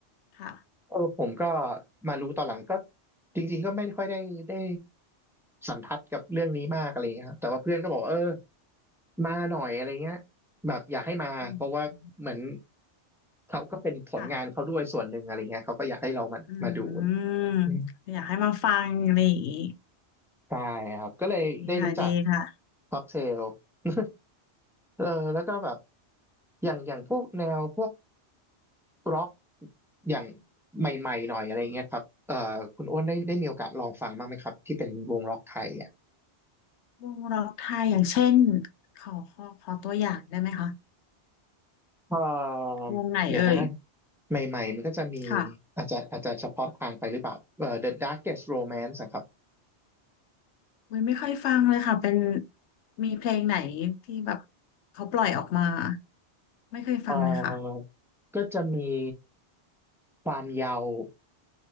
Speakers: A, on the left; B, in the centre.
A: ค่ะ
B: เออผมก็มารู้ตอนหลังก็จริงๆก็ไม่ค่อยได้ได้สันทัดกับเรื่องนี้มากอะไรเงี้ยครับแต่ว่าเพื่อนก็บอกว่าเออมาหน่อยอะไรเงี้ยแบบอยากให้มาเพราะว่าเหมือน
A: อืม
B: เขาก็เป็นผลงานเขาด้วยส่วนหนึ่งอะไรเงี้ยเขาก็อยากให้เรามามาดู
A: ค่ะ อืม
B: อืม
A: อยากให้มาฟังอะไรอย่างงี้
B: ใช่ครับก็เลยได้รู้จัก
A: ดีค่ะดีค่ะ
B: ค็อกเทล <laughs> เออแล้วก็แบบอย่างอย่างพวกแนวพวก ร็อกอย่างใหม่ๆหน่อยอะไรเงี้ยครับเอ่อคุณอ้นได้ได้มีโอกาสลองฟังบ้างไหมครับที่เป็นวงร็อกไทยอ่ะ
A: <laughs> วงร็อกไทยอย่างเช่นขอขอขอตัวอย่างได้ไหมคะ
B: เอ่อเดี๋ยวนะนะ
A: วงไหนเอ่ย
B: ใหม่ๆมันก็จะมี
A: ค่ะ
B: อาจจะอาจจะเฉพาะทางไปหรือเปล่าเอ่อ The Darkest Romance นะครับ
A: ไม่ไม่ค่อยฟังเลยค่ะเป็นมีเพลงไหนที่แบบเขาปล่อยออกมาไม่เคยฟังเลยค่ะ
B: เอ่อก็จะมีความเยาว์